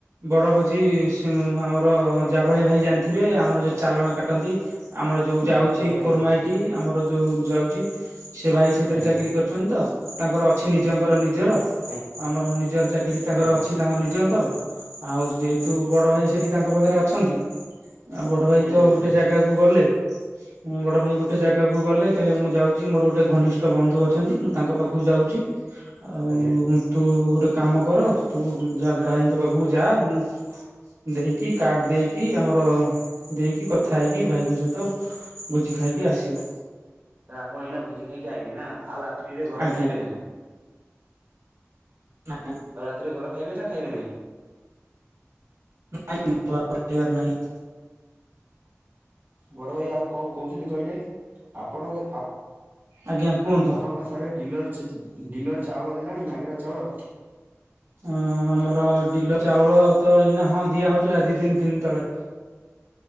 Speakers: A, on the right; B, on the right.
A: ବଡ଼ଭୋଜି ସି ଆମର ଜଭଳି ଭାଇ ଜାଣିଥିବେ ଆମର ଯୋଉ ଚାଲାଣ କଟନ୍ତି ଆମର ଯୋଉ ଯାଉଛି
B: ଆଜ୍ଞା
A: କୋର୍ମାଇଟି
B: ଆଜ୍ଞା
A: ଆମର ଯୋଉ ଯାଉଛି ସେ ଭାଇ ସେଥିରେ
B: ଆଜ୍ଞା
A: ଚାକିରୀ କରି ତାଙ୍କର ଅଛି ନିଜଙ୍କର ନିଜର
B: ଆଜ୍ଞା
A: ଆମର ନିଜର ଚାକିରି ତାଙ୍କର
B: ଆଜ୍ଞା
A: ଅଛି ତାଙ୍କର ନିଜ ଆଉ ଯେହେତୁ ବଡ ଭାଇ ସେଠି ତାଙ୍କ ପାଖରେ ଅଛନ୍ତି। ଆଉ ବଡ ଭାଇ
B: ବୁଝିଲି
A: ତ
B: ବୁଝିଲି
A: ଗୋଟେ
B: ଆଜ୍ଞା
A: ଜାଗାକୁ ଗଲେ ବଡ ଭାଇ ଗୋଟେ। ଗୋଟେ ଜାଗାକୁ ଗଲେ କହଲେ ମୁଁ ଯାଉଛି ମୋର ଗୋଟେ ଘନିଷ୍ଠ ବନ୍ଧୁ ଅଛନ୍ତି ମୁଁ ତାଙ୍କ ପାଖକୁ ଯାଉଛି। ଆଉ
B: ଆଜ୍ଞା
A: ତୁ ଗୋଟେ କାମ କର ତୁ
B: ତାହେଲେ
A: ଭାଇଙ୍କ
B: ତାହେଲେ
A: ପାଖକୁ ଯା <inaudible> ଦେଇକି କାର୍ଡ ଦେଇକି ଆମର ଦେଇକି କଥା ହେଇକି ଭାଇଙ୍କ ସହିତ। ଭୋଜି ଖାଇକି ଆସିବୁ।
B: ଆପଣ ଏଇନା ଭୋଜି ଖାଇକି ଆଇବେ ନା ଆଉ ରାତ୍ରିରେ ଘରେ
A: ଆଜ୍ଞା।
B: ଖାଇବେ ନାହିଁ।
A: ନା।
B: ସେଥିରେ ଘର ଖାଇବେ ନା ଖାଇବେ ନାହିଁ?
A: ନାଇଁ ବା ଖାଇିବାର ନାଇଁ।
B: ବଡ ଭାଇ ଆଉ କଣ କହୁଥିଲି କହିଲେ ଆପଣଙ୍କ ଆ
A: ଆଜ୍ଞା କୁହନ୍ତୁ
B: ଆପଣଙ୍କ ସିଆଡ଼େ ଡିଲର୍-ଡିଲର ଚାଉଳ ଦେଲାଣି ମାଗେଣା ଚାଉଳ।
A: ହଁ ଆମର ଡିଲ ଚାଉଳ ତ ଇନା ହଁ ଦିଆ ହଉଥିଲା ଦି ଦିନ ତିନି ତଳେ।